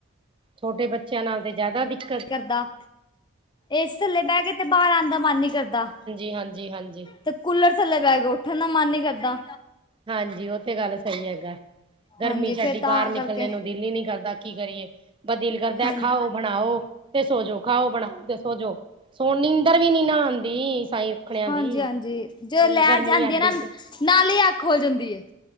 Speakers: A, on the right; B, on the left.
A: ਛੋਟੇ ਬੱਚਿਆਂ ਨਾਲ ਤੇ ਜ਼ਿਆਦਾ ਦਿਕ
B: ਕਰਦਾ, ਏਸੀ ਥੱਲੇ ਬਹਿ ਕੇ ਤੇ ਬਾਹਰ ਆਉਣ ਦਾ ਮਨ ਨੀਂ ਕਰਦਾ।
A: ਹਾਂਜੀ-ਹਾਂਜੀ।
B: ਤੇ ਕੂਲਰ ਥੱਲੇ ਬੈਕੇ, ਉੱਠਣ ਦਾ ਮਨ ਨੀ ਕਰਦਾ।
A: ਹਾਂਜੀ ਉਤੇ ਗੱਲ ਸਹੀ ਹੈਗਾ ਗਰਮੀ
B: ਹਾਂਜੀ
A: ਚ ਏਡੀ
B: ਫੇਰ ਤਾਂ
A: ਬਾਹਰ ਨਿਕਲਣ
B: ਕਰਕੇ
A: ਨੂੰ ਦਿਲ ਹੀ ਨੀ ਕਰਦਾ ਕੀ ਕਰੀਏ ਬ ਦੀਲ ਕਰਦਾ
B: ਹਾਂਜੀ
A: ਖਾਓ ਬਣਾਓ ਤੇ ਸੋਜੋ ਖਾਓ ਬਣਾਓ ਤੇ ਸੋਜੋ ਸੋਣ ਨੀਂਦਰ ਵੀ ਨੀ ਨਾਹਾ ਆਉਂਦੀ ਸਾਈ ਰੱਖਣਿਆਂ
B: ਹਾਂਜੀ
A: ਦੀ
B: ਹਾਂਜੀ ਜਦੋਂ
A: ਨ
B: ਲੈਟ
A: ਗਰਮੀ
B: ਜਾਂਦੀ
A: ਅਡੀ
B: ਹੈ ਨਾ ਨਾਲ ਹੀ ਅੱਖ ਖੋਲ ਜਾਂਦੀ ਏ